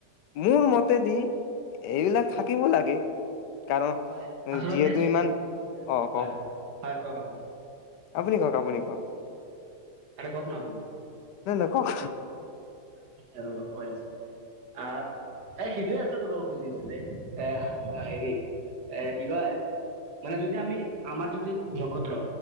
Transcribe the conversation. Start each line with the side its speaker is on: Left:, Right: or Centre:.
Left: মোৰ মতেদি এইবিলাক থাকিব লাগে। কাৰণ
Right: হয় আচলতে
Left: যিহেতু
Right: হয়
Left: ইমান অ'
Right: হয়
Left: কওক।
Right: <unintelligible>
Left: আপুনি কওক, আপুনি কওক।
Right: আৰে কওক না আপুনি।
Left: নাই নাই ক'ক।
Right: <unintelligible> অ' কৈ আছো। আহ, এ সিইটোৱে আচলতে তোক ক'ব খুজি আছো যে এ হেৰি এ কি কয় মানে যদি আমি আমাৰ যিটো নক্ষত্ৰ।